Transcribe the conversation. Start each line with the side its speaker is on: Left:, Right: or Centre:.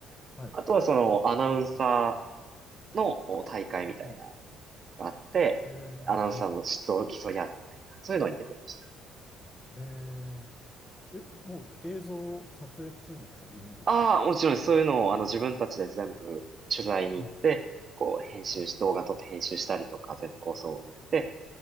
Left: はい。
Right: あとはそのアナウンサーのお大会みたいなの
Left: はい。
Right: があって、
Left: ええはい。
Right: アナウンサーの質を競い合うみたいな、そういうのに出てました。
Left: えええ、もう映像を撮影するんですか自分たちで。
Right: ああ、もちろんそういうのをあの自分たちで全部取材に行って、
Left: はい。
Right: こう編集し、
Left: はい。
Right: 動画撮って編集したりとか、全部構想を練って、